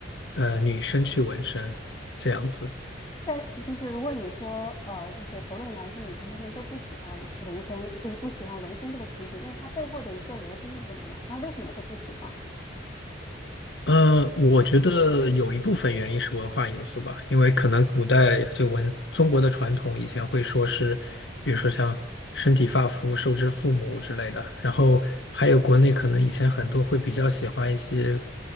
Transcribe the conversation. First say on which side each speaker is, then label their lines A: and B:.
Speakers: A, on the left (about 65°); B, on the left (about 20°).
A: 呃女生去纹身这样子。
B: 但就是如果你说，呃，就是不论男生女生，他们都不喜欢纹身，就是不喜欢纹身这个群体，那他背后的一个逻辑是什么呢？他为什么会不喜欢？
A: 呃，我觉得有一部分原因是文化因素吧，因为可能古代就文中国的传统以前会说是，比如说像身体发肤受之父母之类的，然后还有国内可能以前很多会比较喜欢一些。